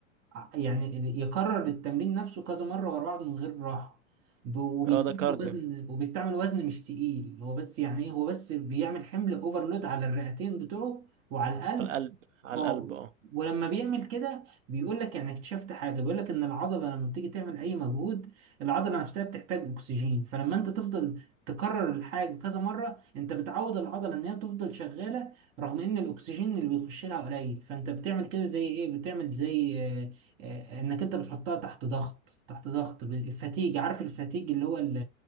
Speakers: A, on the right; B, on the right.
A: ع- يعني يكرر التمرين نفسه كذا مرة ورا بعض من غير راحة ب- وبيستعمل
B: اه ده كارديو
A: وزن وبيستعمل وزن مش تقيل هو بس يعني إيه، هو بس بيعمل حمل اوفرلود على الرئتين بتوعه وعلى القلب
B: على القلب على
A: اه
B: القلب اه
A: ولما بيعمل كده بيقول لك يعني اكتشفت حاجه بيقول لك ان العضله لما بتيجي تعمل اي مجهود العضله نفسها بتحتاج اكسجين فلما انت تفضل تكرر الحاجه كذا مره انت بتعود العضله ان هي تفضل شغاله رغم ان الاكسجين اللي بيخش لها قليل فانت بتعمل كده زي ايه بتعمل زي آه، آه، انك انت بتحطها تحت ضغط تحت ضغط الفتيج عارف الفتيج اللي هو ال